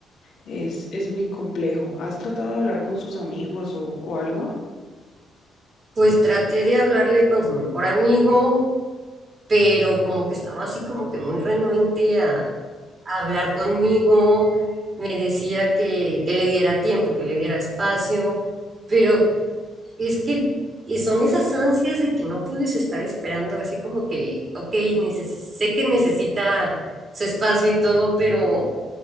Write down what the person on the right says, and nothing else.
Pues traté de hablarle con su mejor amigo, pero como que estaba así como que muy renuente
hablar conmigo, me decía que, que le diera tiempo, que le diera espacio, pero es que y son esas ansias de que no puedes estar esperando, así como que, ok, neces- sé que necesita su espacio y todo, pero